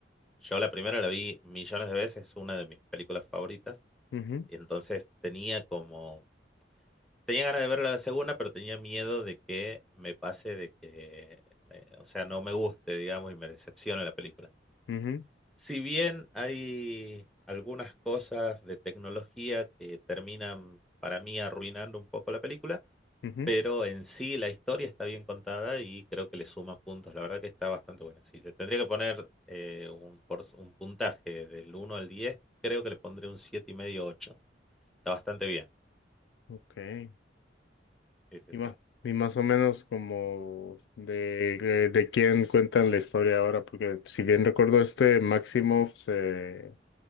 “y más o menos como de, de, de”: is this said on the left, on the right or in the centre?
Left